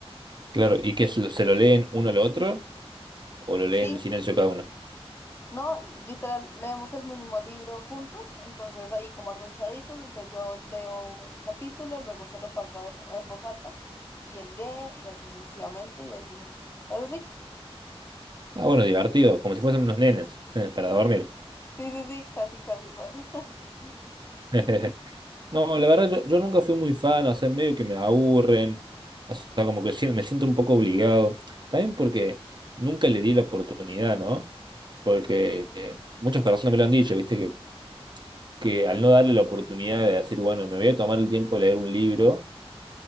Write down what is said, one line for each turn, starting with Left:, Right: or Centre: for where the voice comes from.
Right: Claro, ¿y que se lo se lo leen uno al otro o lo leen
Left: Sí,
Right: en silencio cada uno?
Left: No, literal, leemos el mismo libro juntos, entonces ahí como arrunchaditos, entonces yo leo un capítulo, luego se lo paso a él en voz alta y él lee y así sucesivamente y ahí es rico.
Right: Ah, bueno, divertido, como si fuesen unos nenes, <laughs> para dormir.
Left: Sí, sí, sí, casi, casi igual. <laughs>
Right: <laughs> No, la verdad yo, yo nunca fui muy fan, o sea, medio que me aburren, o sea, como que siento me siento un poco obligado, también porque nunca le di la oportunidad, ¿no? Porque eh, muchas personas me lo han dicho, ¿viste? Que, que al no darle la oportunidad de decir, bueno, me voy a tomar el tiempo de leer un libro,